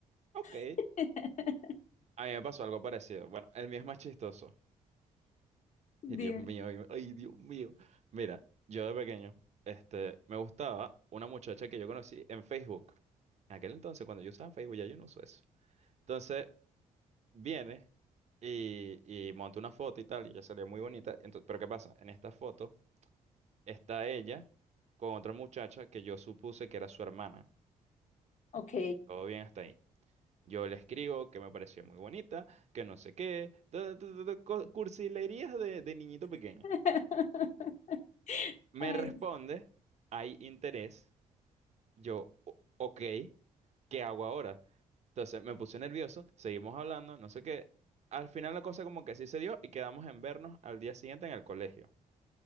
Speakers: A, on the right; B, on the left.
A: Ok,
B: <laughs>
A: a mí me pasó algo parecido. Bueno, el mío es más chistoso. <laughs> Y
B: Dime.
A: Dios mío, y- ay, Dios mío. Mira, yo de pequeño, este, me gustaba una muchacha que yo conocí en Facebook. En aquel entonces, cuando yo usaba Facebook, ya yo no uso eso. Entonces, viene y, y monta una foto y tal, y ella salía muy bonita. Entonces, pero ¿qué pasa? En esta foto está ella con otra muchacha que yo supuse que era su hermana.
B: Ok.
A: Todo bien hasta ahí. Yo le escribo que me pareció muy bonita, que no sé qué, ta, ta, ta, ta, co- cursilerías de, de niñito pequeño.
B: <laughs>
A: Me
B: Ay,
A: responde, hay interés. Yo, "O- ok, ¿qué hago ahora? Entonces me puse nervioso, seguimos hablando, no sé qué. Al final la cosa como que sí se dio y quedamos en vernos al día siguiente en el colegio.